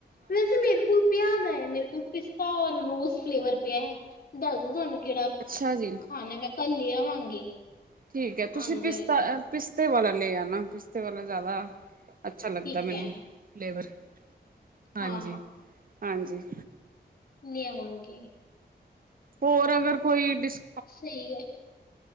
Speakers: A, on the left; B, on the right.
A: ਵੈਸੇ ਮੇਰੇ ਕੋਲ ਪਿਆ ਦਾ ਏ ਮੇਰੇ ਕੋਲ ਇੱਕ ਤਾਂ ਰੋਜ਼ ਫਲੇਵਰ ਪਿਆ ਹੈ। ਦੱਸ ਦੋ ਤੁਹਾਨੂੰ ਕੇੜਾ
B: ਅੱਛਾ ਜੀ
A: ਹਾਂ ਮੈਂ ਕੱਲ ਲੇ ਆਵਾਂਗੀ
B: ਠੀਕ ਹੈ
A: ਆਉਂਦੇ
B: ਤੁਸੀਂ ਪਿਸਤਾ-ਪਿਸਤੇ
A: ਹੋਏ
B: ਵਾਲਾ ਲੈ ਆ ਨਾ ਪਿਸਤੇ ਵਾਲਾ ਜ਼ਿਆਦਾ ਅੱਛਾ ਲੱਗਦਾ
A: ਠੀਕ
B: ਮੈਨੂੰ
A: ਹੈ
B: ਲੇਵਰ ਹਾਂਜੀ-ਹਾਂਜੀ
A: ਹਾਂ ਲੇ ਆਵਾ ਗੀ
B: ਹੋਰ ਅਗਰ ਕੋਈ ਡਿਸ
A: ਸਹੀ ਐ।